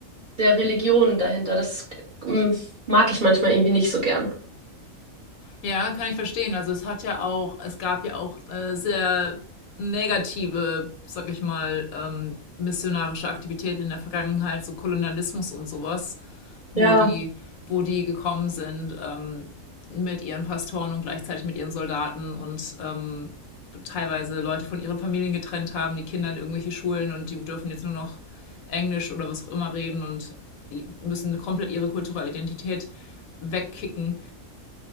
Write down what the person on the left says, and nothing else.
Ja, kann ich verstehen. Also es hat ja auch, es gab ja auch äh, sehr negative, sag ich mal, ähm, missionarische Aktivitäten in der Vergangenheit, so Kolonialismus und sowas, wo
die, wo die gekommen sind ähm, mit ihren Pastoren und gleichzeitig mit ihren Soldaten und ähm, teilweise Leute von ihren Familien getrennt haben, die Kinder in irgendwelche Schulen und die dürfen jetzt nur noch Englisch oder was auch immer reden und müssen komplett ihre kulturelle Identität wegkicken.